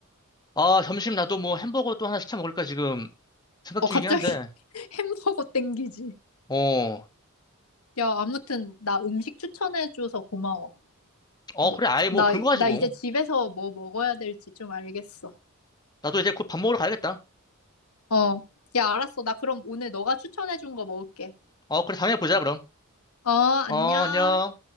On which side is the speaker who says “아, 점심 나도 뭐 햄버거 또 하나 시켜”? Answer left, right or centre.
Left